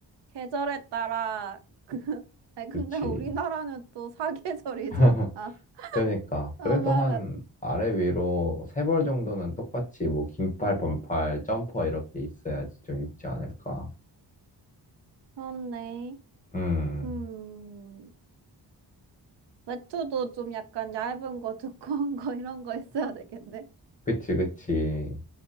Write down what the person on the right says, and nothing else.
계절에 따라, <laughs> 아니, 근데
우리나라는 또 사계절이잖아.
<laughs>
그러면은,
그렇네.
음. 외투도 좀 약간 얇은 거, 두꺼운 거, <laughs> 이런 거 있어야 되겠네.